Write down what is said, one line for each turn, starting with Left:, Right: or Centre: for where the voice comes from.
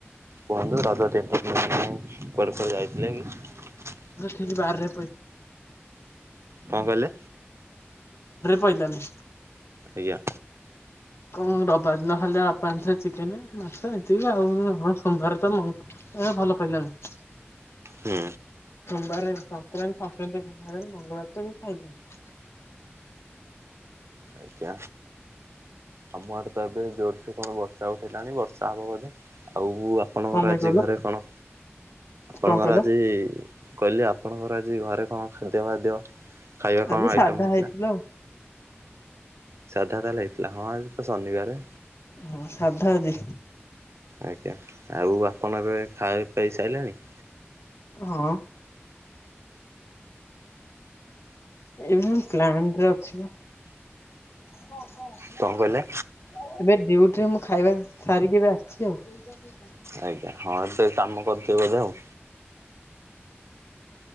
Right: କୁହନ୍ତୁ ରଜ ତିନ ଦିନି କୁଆଡେ କୁଆଡେ ଯାଇଥିଲେ କି?
Left: <inaudible> ବରରେ
Right: କଣ କହିଲେ?
Left: ପାଇଲାନି।
Right: ଆଜ୍ଞା।
Left: କଣ ରବା ଦିନ ଯାହା ଖାଲି ବାପା ଆଣିଥିଲେ ଚିକେନ ମାଛ ଏତିକି ଆଉ ହ ସୋମବାର ତ ଏ ଭଲ ପାଇିଲାନି।
Right: ହୁଁ।
Left: ସୋମବାର ସଂକ୍ରାନ୍ତି ସଂକ୍ରାନ୍ତି ସମବରେ ମଙ୍ଗଳବାର ତ ବି ଖାଇଲେନି।
Right: ଆଜ୍ଞା। ଆମ ଆଡେ ତ ଏବେ ଜୋରସ କଣ ବର୍ଷା ଉଠେଇଲାଣି ବର୍ଷା ହବ ବୋଧେ ଆଉ ଉ ଆପଣଙ୍କର
Left: କଣ ଭାଇ
Right: ଆଜି
Left: କହିଲ
Right: ଘରେ କଣ ଆପଣଙ୍କର
Left: କଣ କହିଲ
Right: ଆଜି କହିଲି ଆପଣଙ୍କର ଆଜି ଘରେ କଣ ଖାଦ୍ୟ ବାଦ୍ୟ ଖାଇବା
Left: ଆଜି
Right: କଣ ଆଇଟମ୍
Left: ସାଧା
Right: ହେଇଥିଲା।
Left: ଆଉ
Right: ସାଧା ତାହେଲେ ହେଇଥିଲା ହଁ ଆଜି ତ ଶନିବାରେ।
Left: ହଁ ସାଧା ଆଜି।
Right: ଆଜ୍ଞା ଆଉ ଆପଣ ଏବେ ଖାଏପିଆଇ ସାଇଲେଣି।
Left: ହଁ। ଏବେ ମୁ ପ୍ଲାଣ୍ଟ ରେ ଅଛି ବା। ହଁ ହଁ ହଁ
Right: କଣ
Left: ଆଉ
Right: କହିଲେ?
Left: ଏବେ ଡ୍ୟୁଟି ରେ ମୁଁ ଖାଇବା ସାରିକି ଏବେ ଆସିଛି ଆଉ।
Right: ଆଜ୍ଞା ହଁ ସେ କାମ କରୁଥିବେ ବୋଧେ ଆଉ।